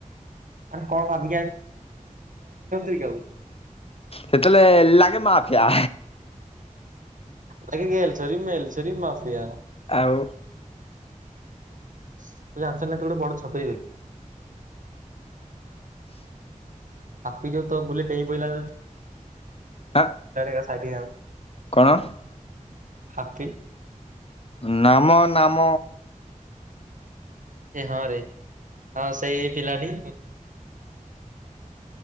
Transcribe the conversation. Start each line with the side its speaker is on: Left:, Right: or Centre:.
Right: ଆରେ କଣ <unintelligible> କି ଆଉ।
Left: ସେତେବେଳେ ଲାଗେ ମାଫିଆ।
Right: <unintelligible> ମାଫିଆ।
Left: ଆଉ
Right: ତୁ ଜାଣିଚୁନା ତୁ ଗୋଟେ ବଡ ଛପେଇ ବୋଲି। ହାପି ଯୋଉ ତୋ ବୁଲେ ଉପରେ ଡେଇଁ ପଡ଼ିଲା
Left: ଆଁ
Right: <unintelligible>
Left: କଣ?
Right: ହାପି
Left: ନା ମ ନା ମ
Right: ଏ ହଁ ରେ ହଁ ସେଇ ଏ ପିଲାଟି